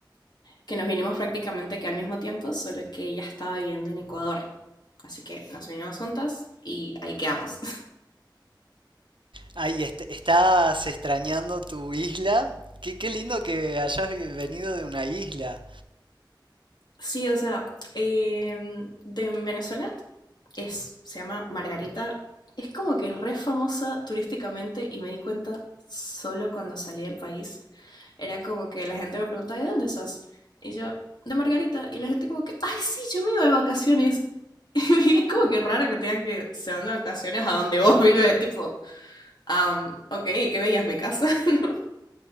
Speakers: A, on the left (about 60°); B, on the right (about 85°).
A: que nos vinimos prácticamente que al mismo tiempo, solo que ella estaba viviendo en Ecuador. Así que nos vinimos juntas y ahí quedamos.
B: Ay, est- ¿estás extrañando tu isla? Qué, qué lindo que hayas vi- venido de una isla.
A: Sí, o sea, em, de Venezuela es, se llama Margarita. Es como que es re famosa turísticamente y me di cuenta solo cuando salí del país. Era como que la gente me preguntaba, ¿de dónde sos? Y yo, de Margarita. Y la gente como que, ay, sí, yo me iba de vacaciones. <laughs> Y es como que raro que tengan que se van de vacaciones a donde vos vives, tipo, am, ok, qué veías mi casa. <laughs>